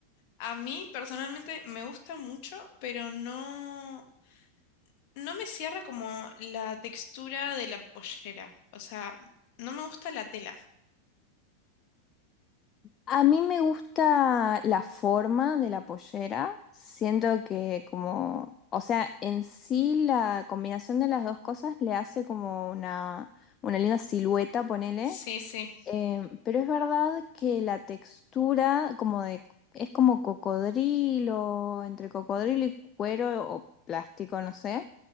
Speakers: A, on the left; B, on the left.
A: a mí personalmente me gusta mucho, pero no, no me cierra como la textura de la pollera. O sea, no me gusta la tela.
B: A mí me gusta la forma de la pollera. Siento que como, o sea, en sí la combinación de las dos cosas le hace como una, una linda silueta, ponele.
A: Sí, sí,
B: Eh, pero es verdad que la textura como de, es como cocodrilo, entre cocodrilo y cuero o plástico, no sé.